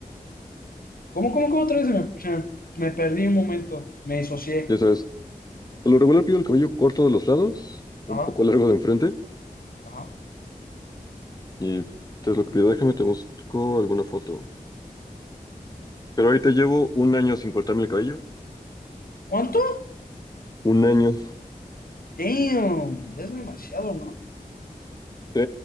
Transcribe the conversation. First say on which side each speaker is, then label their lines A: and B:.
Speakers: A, on the left; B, on the left.
A: ¿Cómo, cómo, cómo otra vez se me, se me, me perdí un momento? Me disocié.
B: Ya sabes, por lo regular pido el cabello corto de los lados,
A: Ajá,
B: un poco largo de enfrente.
A: ajá.
B: Y es lo que pido. Déjame, te busco alguna foto. Pero ahorita llevo un año sin cortarme el cabello.
A: ¿Cuánto?
B: Un año.
A: Damn, ya es demasiado, ¿no?
B: Sí,